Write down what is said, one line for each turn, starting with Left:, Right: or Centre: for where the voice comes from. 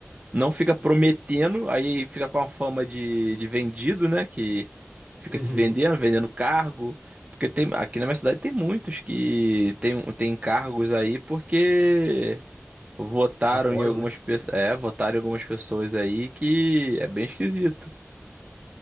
Right: não fica prometendo, aí fica com a fama de, de vendido, né? Que fica
Left: Uhum.
Right: se vendendo, vendendo cargo. Porque tem, aqui na minha cidade tem muitos que tem, tem cargos aí porque votaram
Left: Apoiam,
Right: em algumas
Left: né?
Right: pessoas, é, votaram em algumas pessoas aí que é bem esquisito.